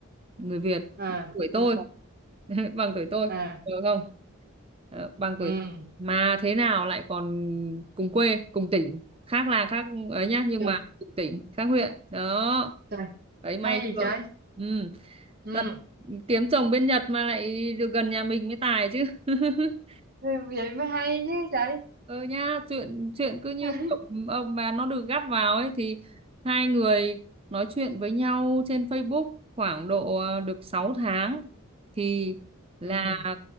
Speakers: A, on the right; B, on the right.
A: người Việt
B: à
A: tuổi
B: nhưng
A: tôi
B: mà
A: <laughs> bằng tuổi tôi
B: à
A: được không Ờ, bằng
B: ừ,
A: tuổi mà thế nào lại còn cùng quê cùng tỉnh khác là khác ấy nhá nhưng
B: trời
A: mà cùng tỉnh khác huyện đó
B: trời
A: đấy may
B: hay vậy
A: chưa
B: trời
A: ừ
B: ừ,
A: Thật, kiếm chồng bên Nhật mà lại được gần nhà mình mới tài chứ <laughs>
B: thế vậy mới hay chứ trời
A: ừ nha chuyện chuyện cứ như
B: <laughs>
A: kiểu ông bà nó được gắp vào ấy thì hai người nói chuyện với nhau trên Facebook khoảng độ ờ, được sáu tháng thì là
B: ừ,